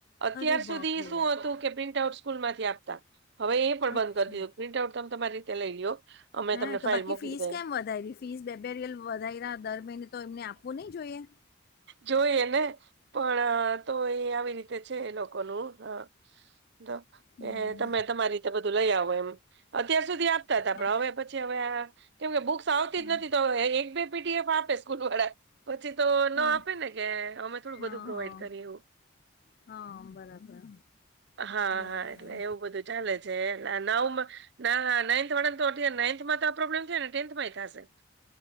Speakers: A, on the right; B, on the left.
A: અત્યાર
B: અરે
A: સુધી
B: બાપરે
A: શું હતું કે પ્રિન્ટ આઉટ સ્કૂલ માંથી આપતા હવે એ પણ
B: અચ્છા
A: બંધ કરી દીધું પ્રિન્ટ આઉટ તમે તમારી રીતે લઈ લ લો અમે
B: હા
A: તમને
B: તો
A: ફાઇલ
B: બાકી
A: મોકલી
B: ફીસ
A: દઈ
B: કેમ વધારી ફીસ બેબેરિયલ વધાર દર મહિને તો એમને આપવું નહી જોઈએ
A: જોઈ ને પણ તો એ આવી રીતે છે એ લોકોનું હ તો
B: હમ,
A: કે તમે તમારી બધું લઈ આવો એમ અત્યાર સુધી આપતા હતા
B: હા
A: પણ હવે પછી હવે કેમ કે બુક્સ આવતી
B: હા
A: જ નથી તો એક બે પીડીએફ આપે સ્કૂલ વાળા પછી તો
B: હા
A: આપેને કે અમે થોડું
B: હા
A: બધું પ્રોવાઈડ
B: હા
A: કરી
B: હા બરાબર
A: હા
B: બરાબર
A: હા એટલે એવું બધું ચાલે છે એટલે નવમાં ના હા નાઇન્થ વાળ તો નાઇથમાં તો આ પ્રોબ્લેમ થાય ટેન્થમાં થશે